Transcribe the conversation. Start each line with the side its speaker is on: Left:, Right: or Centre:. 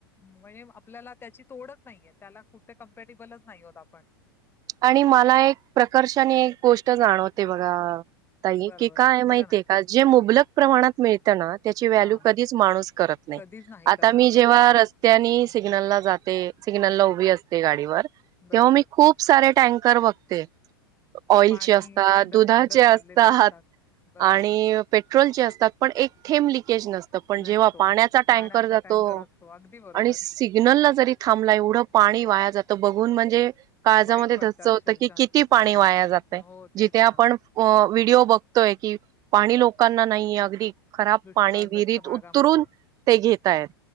Left: हावळे आपल्याला त्याची तोडच नाहीये त्याला कुठे कम्पेटेबलच नाही होत आपण.
Right: आणि मला एक प्रकर्षने एक गोष्ट जाणवते बघा ताई
Left: बरोबर
Right: की काय माहितीये.
Left: बोला ना
Right: अ जे मुबलक प्रमाणात मिळतना. त्याची व्हॅल्यू
Left: हा
Right: कधीच माणूस करत नाही
Left: कधीच करत
Right: आता
Left: अगदी
Right: मी जेव्हा
Left: बरोबर.
Right: र''--'' त्यांनी सिग्नलला जाते सिग्नल ला उभी असते गाडीवर
Left: बरोबर
Right: तेव्हा मी खूप. प सारे टँकर वगते. ऑइलचे
Left: पाणी
Right: असतात
Left: सांडत
Right: दुधाचे
Left: सांडत
Right: असतात
Left: चाललेले बरोबर
Right: आणि. पेट्रोल जे असतात पण एक थेब लिकेज नसत. त पण जेव्हा
Left: नसतो
Right: पाण्याचा टँकर
Left: पाण्याचा
Right: जातो
Left: टँकर असतो अगदी बरोबर
Right: आणि सी''--'' सिग्नल ला जरी थांबला एवढं पाणी वाया जातं बघून म्हणजे. काळजामध्ये
Left: वाईट वाटतं
Right: धस्स
Left: अक्षरशः
Right: होतं की किती पाणी वाया जातय
Left: हो तेच
Right: जिथे आपण.
Left: ना
Right: व व्हिडिओ बघतोय कि पाणी लोकांना नाहीये अगदी. खराब
Left: दुष्काळग्रस्त
Right: पाणी विहिरीत
Left: भागामध्ये
Right: उतरून ते घेतायत.